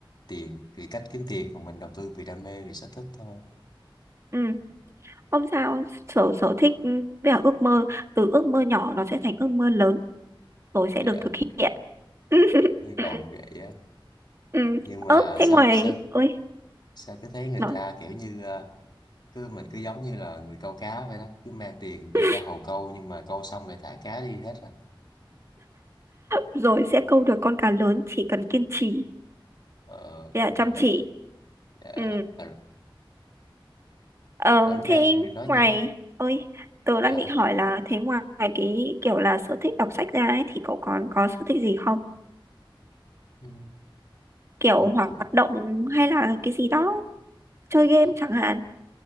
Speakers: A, on the left; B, on the right.
A: tiền vì cách kiếm tiền của mình đầu tư vì đam mê vì sở thích thôi
B: ừ không sao sở sở thích ừ, với cả ước mơ từ ước mơ nhỏ nó sẽ thành ước mơ lớn rồi sẽ
A: dạ
B: được thực hiện <laughs> ừ
A: hy
B: ừ
A: vọng vậy á
B: ừ.
A: nhưng
B: Ơ,
A: mà
B: thế
A: sao
B: ngoài
A: sao
B: ơi
A: sao cứ thấy người
B: nói
A: ta kiểu như à, cứ mình cứ giống như là người câu cá vậy đó cứ mang tiền đi
B: <laughs>
A: ra hồ câu nhưng mà câu xong lại thả cá đi hết à
B: rồi sẽ câu được con cá lớn chỉ cần kiên trì
A: ờ
B: với cả
A: hy
B: chăm chỉ
A: vọng vậy dạ
B: ừ
A: à, rồi.
B: ờ,
A: Ờ, lúc
B: thế
A: nãy Phương định nói
B: ngoài
A: gì á
B: ơi tớ
A: dạ
B: đang định hỏi là thế ngoài cái kiểu là sở thích đọc sách ra ấy, thì cậu còn có sở thích gì không
A: Ừ.
B: kiểu
A: mình
B: hoạt
A: cũng
B: động hay là cái gì đó chơi
A: hoạt
B: game
A: động
B: chẳng hạn